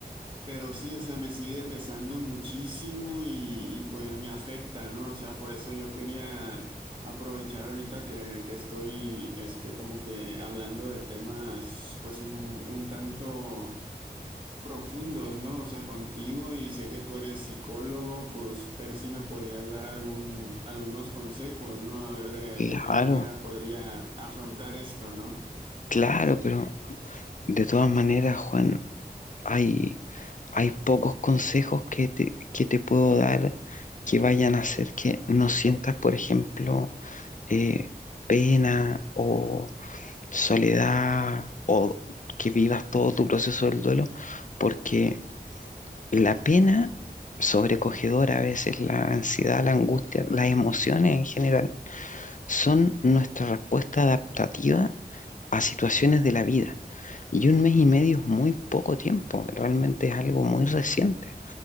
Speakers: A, on the right (about 30°); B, on the left (about 50°).
A: pero sí, o sea, me sigue pesando muchísimo y, y pues me afecta, ¿no? O sea, por eso yo quería aprovechar ahorita que, que estoy, este, como que hablando de temas, pues un, un tanto profundos, ¿no? O sea, contigo y sé que tú eres psicólogo, pues ver si me podías dar algún, algunos consejos, ¿no? A ver de,
B: Claro,
A: de qué manera podría afrontar esto, ¿no?
B: claro, pero de todas maneras, Juan, hay, hay pocos consejos que te, que te puedo dar que vayan a hacer que no sientas, por ejemplo, eh, pena o soledad o que vivas todo tu proceso del duelo, porque la pena sobrecogedora, a veces la ansiedad, la angustia, las emociones en general, son nuestra respuesta adaptativa a situaciones de la vida. Y un mes y medio es muy poco tiempo, realmente es algo muy reciente,